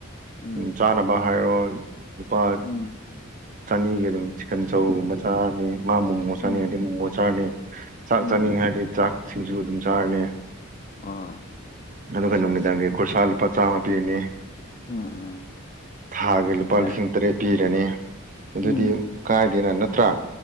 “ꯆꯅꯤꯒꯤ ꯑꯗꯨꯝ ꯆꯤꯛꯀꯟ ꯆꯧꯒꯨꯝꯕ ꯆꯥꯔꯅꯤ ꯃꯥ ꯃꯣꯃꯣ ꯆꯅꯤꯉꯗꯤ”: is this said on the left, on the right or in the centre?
Right